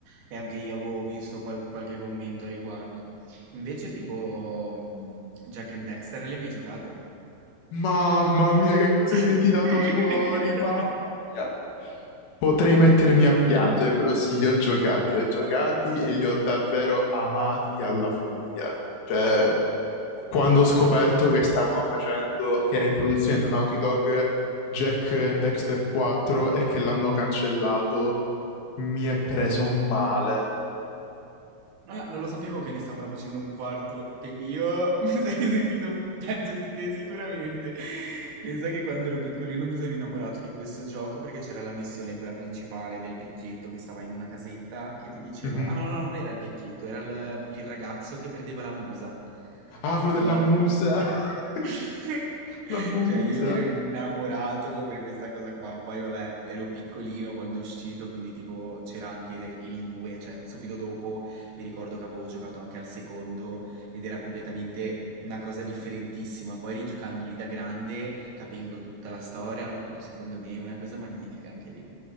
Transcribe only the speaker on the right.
e anche io avevo visto qual- qualche commento a riguardo. Invece, tipo, mh, Jack and Dexter, l'hai mai giocato?
<laughs>
Ah, non lo sapevo che ne stavano facendo un quarto. Pe- Io <laughs> mi sarei sentito un pezzo di te sicuramente. Pensa che quando ero piccolino mi sono innamorato di questo gioco perché c'era la missione, quella principale del vecchietto che stava in una casetta che ti diceva:
Ah, no, no, non era il vecchietto, era il, il ragazzo che perdeva la musa.
Quella,
quel-
<laughs>
Cioè, io mi ero innamorato per questa cosa qua. Poi, vabbè, ero piccolino quando è uscito, quindi tipo c'era anche il 2, cioè subito dopo mi ricordo che avevo giocato anche al secondo ed era completamente una cosa differentissima. Poi rigiocandoli da grande, capendo tutta la storia, hanno fatto secondo me una cosa magnifica anche lì.